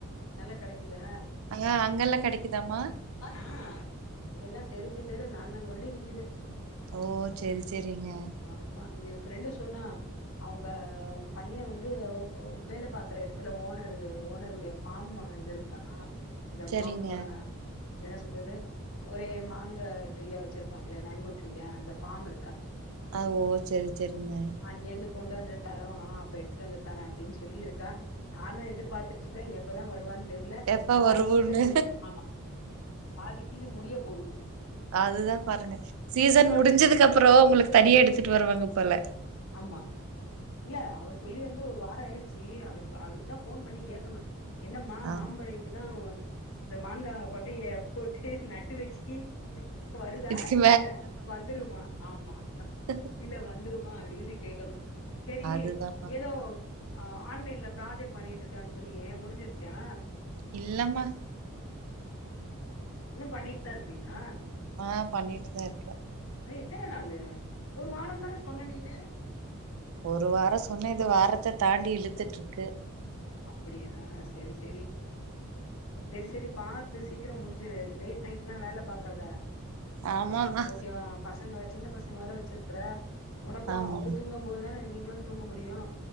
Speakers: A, on the left; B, on the right.
A: நல்லா கெடக்குதா
B: ஆ அங்கெல்லா கெடைக்குதாமா
A: ஆ இங்கெல்லா தெருக்கு தெரு நால் நால் வண்டி நிக்குது
B: ஓ! சரி, சரிங்க
A: ஆமா எ ஃப்ரெண்டு சொன்னா அவுங்க பைய வந்து ஒ வேல பாக்ற எடத்துல ஓனரு ஓனருடைய ஃபார்ம இது இருக் கா இந்த
B: செரிங்க
A: மாம்ப என்ன சொல்றது ஒரே மாங்க ட்ரீயா வச்சிருப்பாங்களே மேங்கோ ட்ரீயா அந்த ஃபார்ம் இருக்கா
B: ஆ ஓ சரி சரிங்க
A: அங்கே இருந்து கொண்டு வந்து தருவா அப்ப எடுத்துட் வந்து தரே அப்டின் சொல்லி இருக்கா நானு எதிர்பார்த்துட் இருக்கே எப்பதா வருவான் தெரில
B: எப்ப
A: பாதி
B: வருவோன்னு
A: சீசன் முடியுது ஆமா பாதி சீசன் முடிய போவுது
B: அதுதா பாருங்க சீசன் முடிஞ்சதுக்கப்றோ
A: எனக்கு
B: உங்ளுக்கு தனியா எடுத்துட்டு வருவாங்க போல
A: ஆமா இல்ல அவ சொல்லி வந்து ஒரு வாரோ ஆயிடுச்சி அவளுக்கு அவளுக்கு தா போன் பண்ணி கேக்கணு என்னமா
B: ஆ
A: மாம்பழோ இப்பதா ஓல இந்த மாங்கா கொட்டைய போட்டு நட்டு வச்சி வருதா
B: இதுக்கு
A: இல்ல வந்துருமா ஆமா
B: ஹ
A: இல்ல வந்துருமா அப்டின் கேக்கணு சரி
B: அதுதாம்மா
A: ஏதோ ஆ ஆன்லைன்ல ப்ராஜெக்ட் பண்ணிட்டு இருக்கே சொன்னியே முடிஞ்சிருச்சா
B: இல்லமா
A: இன்னு பண்ணிட்தா இருக்குறியா
B: ஆ பண்ணிட்டுதா இருக்கே
A: அதா எத்தன நாளு ஒரு வாரோந்தான சொன்ன நீனு
B: ஒரு வாரோ சொன்னே இது வாரத்த தாண்டி இழுத்துட்ருக்கு
A: அப்படியா! சரி, சரி சரி சரி பாத்து சீக்கிரோ முடிச்சுரு லேட் நைட்லா வேல பாக்காத
B: ஆமாமா
A: ஓகேவா பசங்க வச் சின்ன பசங்க வேற வச்சிருக்குற உனக்கு
B: ஆமா
A: அவரு தூங்கம் போதுதான நீங்களு தூங்க முடியு